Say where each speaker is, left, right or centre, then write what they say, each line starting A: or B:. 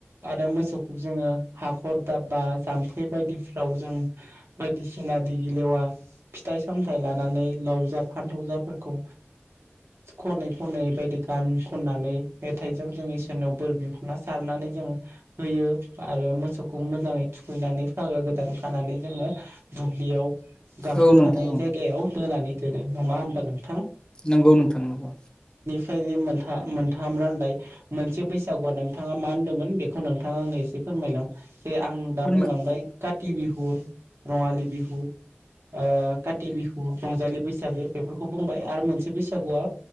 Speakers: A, on the right (about 70°); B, on the left (about 20°).
A: आरो मोसौखौ जोङो हाखर दाबबा जाम्फै बायदिफ्राव जों बायदिसिना दैगिलेवा फिथाइ सामथायाइ लानानै लाव जा फानथाव जाफोरखौ खनै खनै बायदि गान खननानै मेथाइजों जों इसोरनियाव बोर बिखुना सारनानै जों होयो आरो मोसौखौ मोजाङै थुखैनानै फागा गोदान खानानै जोङो दुब्लियाव गांखो
B: औ नोंथां
A: थानाय
B: औ
A: जायगायाव दोनानै दोनो नङा होमबा नोंथां।
B: नंगौ नोंथां नंगौ।
A: फ्राय मोनथा मोनथाम रानबाय मोनसे बैसागुआ नोंथाङा मा होनदोंमोन बेखौ नोंथाङा आंनो एसे फोरमायलां जे आं दा
B: फोरमाय
A: बुंलांबाय। काति बिहु रङाली बिहु आ काति बि हु रंजालि बैसागो बेफोरखौ बुंबाय आरो मोनसे बैसागुआ